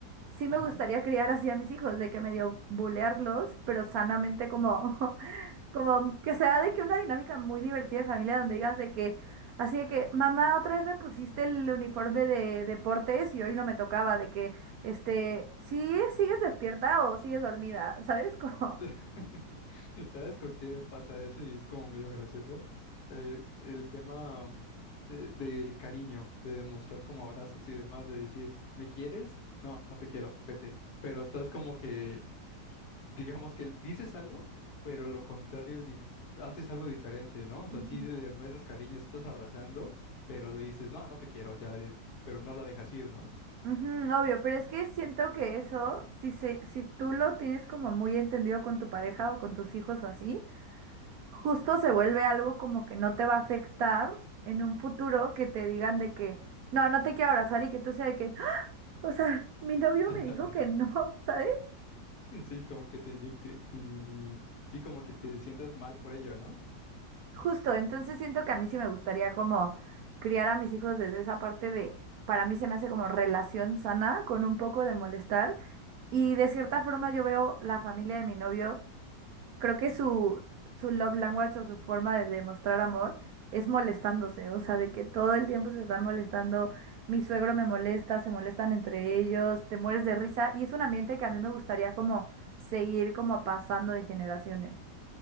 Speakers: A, on the right; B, on the left.
A: sí me
B: ajá.
A: gustaría criar así a mis hijos, de que medio bulearlos, pero sanamente como <laughs> Como que sea de que una dinámica muy divertida de familia donde digas de que, así de que, mamá, otra vez me pusiste el uniforme de deportes y hoy no me tocaba, de que, este, sí, sigues despierta o sigues dormida, ¿sabes? <laughs> Como,
B: <laughs> ¿Sabes con qué pasa eso? Y es como medio gracioso. Eh, el tema mm, eh, de cariño, de demostrar como abrazos y demás, de decir, ¿me quieres? No, no te quiero, vete. Pero estás como que digamos que dices algo, pero lo contrario es, dif- haces algo diferente, ¿no? O sea,
A: Ujú.
B: sí le demuestras cariño, sí estás abrazando, pero le dices, no, no te quiero, ya vete, pero no la dejas ir, ¿no?
A: ujú, obvio, pero es que siento que eso, si se, si tú lo tienes como muy entendido con tu pareja o con tus hijos o así, justo se vuelve algo como que no te va a afectar en un futuro que te digan de que, no, no te quiero abrazar y que tú sea de que O sea, mi novio
B: Ándale,
A: me dijo que no, <laughs> ¿sabes?
B: <laughs> sí, como que te indicte y sí, como que te sientas mal por ello, ¿no?
A: Justo, entonces siento que a mí sí me gustaría como criar a mis hijos desde esa parte de, para mí se me hace como relación sana con un poco de molestar y de cierta forma yo veo la familia de mi novio, creo que su, su love language o su forma de demostrar amor es molestándose, o sea, de que todo el tiempo se están molestando, mi suegro me molesta, se molestan entre ellos, te mueres de risa y es un ambiente que a mí me gustaría como seguir como pasando de generaciones.